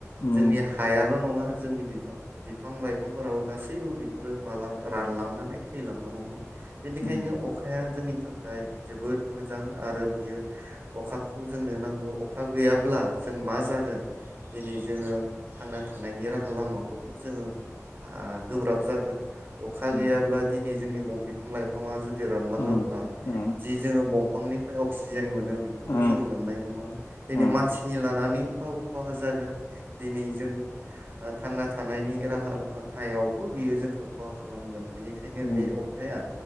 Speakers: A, on the left; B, on the right.
A: उम
B: जोंनि हायाल' नङा जोंनि बिफां बिफां लाइफांफोराबो गासैबो बिफोरो मालाबा रानलांनानै थैलांनो हमो। बेनिखायनो
A: उम
B: अखाया जोंनि थाखाय जोबोद मोजां आरो बियो अखाखौ जोंनो नांगौ अखा गैयाब्ला जों मा जागोन दिनै जोङो थांना थानायनि राहा लामाखौबो जोङो आ गोब्राब जागोन। अखा
A: उम
B: गैयाब्ला दिनै जोंनि बिफां लाइफां फांआ जु दि रानलाङोब्ला
A: उम उम
B: जि जोङो बंफांनि अक्सिजेन मोन नो बेखौबो
A: उम
B: जोङो मोननाय नङा दिनै
A: उम
B: मानसिनि लानानैबाबो खहा जागोन। दिनै जों थांना थानायनि राहा थायावबो बियो जोंखौ खहा खालामगोन। बिनिखायनो
A: उम
B: बे अखाया